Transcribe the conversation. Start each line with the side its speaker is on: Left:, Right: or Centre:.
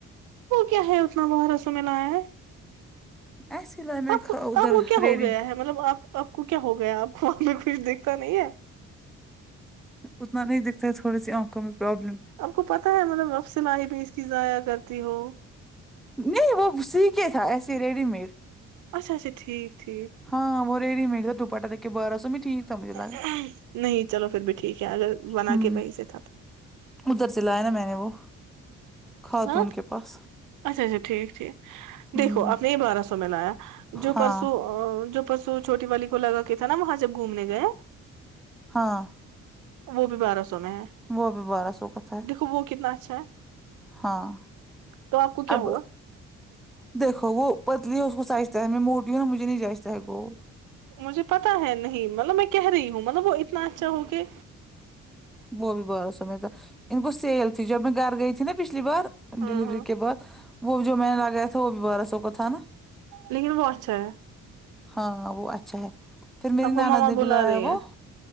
Right: وہ کیا ہے اتنا برسوں میں لایا ہے
Centre: ایسیے می
Right: آپ
Centre: نے ادھر
Right: آپ کو کیا ہو
Centre: ریڑی
Right: گیا ہے مطلب آپ آپ کو کیا ہو گیا آپ کو آ میں کچھ دیکھتا نہیں ہے
Centre: اتنا نہیں دکھتا ہے تھوڑی سی آنکھوں میں پرابلم
Right: آپ کو پتاہ ہے مطلب اب سلائی بھی اس کی ضائع کرتی ہو
Centre: نہیں وہ سیکھے تھا ایسے ہی ریڈی میڈ
Right: اچھا اچھا ٹھیک ٹھیک
Centre: ہاں وہ ریڈی میڈ دوپٹہ دیکھ کے بارہ سو میں ٹھیک تھا مجھے لگا
Right: نہیں چلو پھر بھی ٹھیک ہے اگر بنا
Centre: ہوں
Right: کے وہیں سے تھا
Centre: ادھر سے لایا نا میں نے وہ خاتون
Right: ہاں
Centre: کے پاس
Right: اچھا اچھا ٹھیک ٹھیک
Centre: ہوں
Right: دیکھو آپ نے یہ بارہ سو میں لایا جو
Centre: ہاں
Right: پرسو جو پرسو تو چھوٹی والی کو لگا تھا نا وہاں جب گھومنے گئے
Centre: ہاں
Right: وہ بھی بارہ سو میں ہے
Centre: وہ ابھی بارہ سو کا تھا ہے
Right: دیکھو وہ کتنا اچھا ہے
Centre: ہاں
Right: تو آپ کو کیا
Centre: اب
Right: ہوا
Centre: دیکھو وہ پتلی ہے اس کو جائچتا تھا ہے میں موٹی ہوں نا مجھے نہیں جائچتا ہے گول
Right: مجھے پتا ہے نہیں مطلب میں کہہ رہی ہوں مطلب وہ اتنا اچھا ہو کہ
Centre: وہ بھی بارہ سو میں تھا ان کو سیل تھی جب میں گھر گئی تھی نا پچھلی بار
Right: ہاں
Centre: ڈیلیوری
Right: ہاں
Centre: کے بعد وہ جو میں نے لگایا تھا وہ بھی بارہ سو کا تھا نا
Right: لیکن وہ اچھا ہے
Centre: ہاں وہ اچھا ہے پھر میری
Right: آپ کو
Centre: نانا
Right: ماما
Centre: نے
Right: بلا
Centre: بھی دلوایا
Right: رہی ہے
Centre: وہ